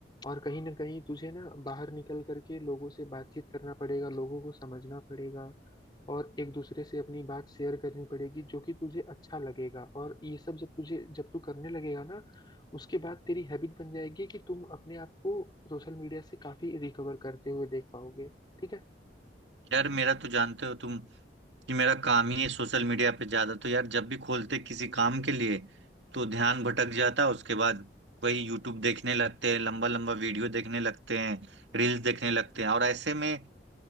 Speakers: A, on the left; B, on the right.
A: और कहीं ना कहीं तुझे ना बाहर निकल करके लोगों से बातचीत करना पड़ेगा लोगों को समझना पड़ेगा और एक दूसरे से अपनी बात शेयर करनी पड़ेगी जो कि तुझे अच्छा लगेगा और ये सब जब तुझे जब तू करने लगेगा ना उसके बाद तेरी हैबिट बन जाएगी कि तुम अपने आप को सोशल मीडिया से काफी रिकवर करते हुए देख पाओगे ठीक है
B: यार मेरा तो जानते हो तुम कि मेरा काम ही है सोशल मीडिया पे ज्यादा तो यार जब भी खोलते किसी काम के लिए तो ध्यान भटक जाता है उसके बाद वही यूट्यूब देखने लगते हैं लंबा लंबा वीडियो देखने लगते हैं रील्स देखने लगते हैं और ऐसे में